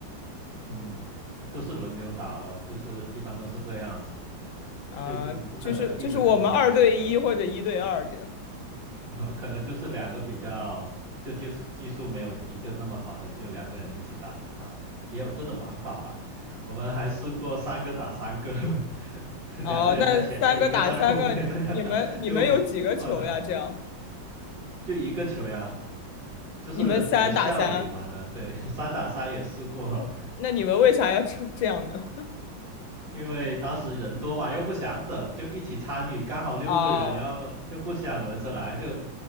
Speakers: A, on the right (about 70°); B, on the left (about 80°).
A: 嗯，都是轮流打咯，就是一般都是这样子。
B: 啊、
A: 就你不可能一直跟对一个人打，
B: 就是就是我们二对一或者一对二这样。
A: <laughs> 可能就是两个比较，就技术技术没有一个那么好的，就两个人一起打他，也有这种玩法吧。我们还试过三个打三个，<laughs> 两个人在前面，
B: 哦，啊那三个打三个，
A: 一个在后面这样的，
B: 你你们你们有几个球呀？
A: <laughs> 就我们乱打，
B: 这样，
A: 就一个球呀。就是学校里玩的，
B: 你们三打三，
A: 对，<laughs> 三打三也试过，
B: 嗯，那你们为啥要这这样呢？
A: 因为当时人多嘛，又不想等，就一起参与，刚好六个人，
B: 啊
A: 然后又不想轮着来，就